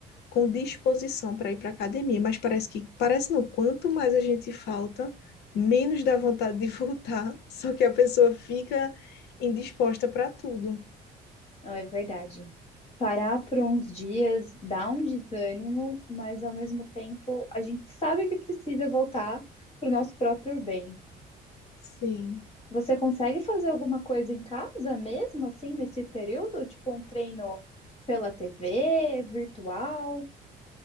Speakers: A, on the left; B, on the left.
A: com disposição para ir para a academia, mas parece que, parece não, quanto mais a gente falta, menos dá vontade de <laughs> voltar, só que a pessoa fica indisposta para tudo.
B: Não, é verdade. Parar por uns dias dá um desânimo, mas ao mesmo tempo a gente sabe que precisa voltar para o nosso próprio bem.
A: Sim.
B: Você consegue fazer alguma coisa em casa mesmo, assim, nesse período? Tipo um treino pela TV, virtual?